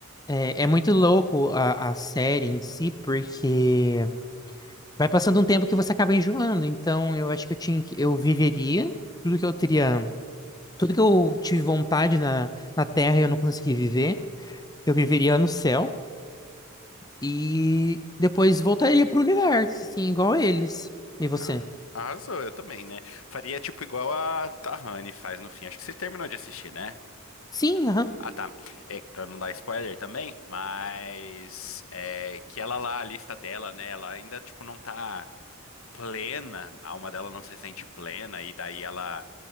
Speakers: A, on the left (about 20°); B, on the left (about 70°).
A: é, é muito louco a, a série em si, porque vai passando um tempo que você acaba enjoando. Então, eu acho que eu tinha que, eu viveria tudo que eu teria. Tudo que eu tive vontade na, na Terra e eu não consegui viver, eu viveria no céu e depois voltaria pro universo, assim, igual eles. E você?
B: Ah, arrasou, eu também, né? Faria tipo igual a Tahani faz no fim. Acho que você terminou de assistir, né?
A: Sim, aham.
B: Ah, tá. É, pra não dar spoiler também, mas é, que ela lá, a lista dela, né? Ela ainda, tipo, não tá plena, a alma dela não se sente plena, e daí ela